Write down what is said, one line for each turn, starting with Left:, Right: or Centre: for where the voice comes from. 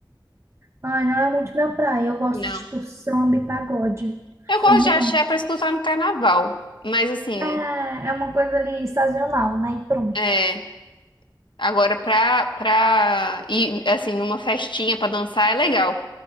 Right: Ai, não é muito minha praia, eu gosto
Left: Não.
Right: de, tipo, samba e pagode.
Left: Eu gosto
Right: Amo
Left: de axé para escutar no carnaval, mas assim,
Right: É, é uma coisa ali sazonal, né? E pronto.
Left: é, agora pra, pra ir, assim, numa festinha pra dançar é legal.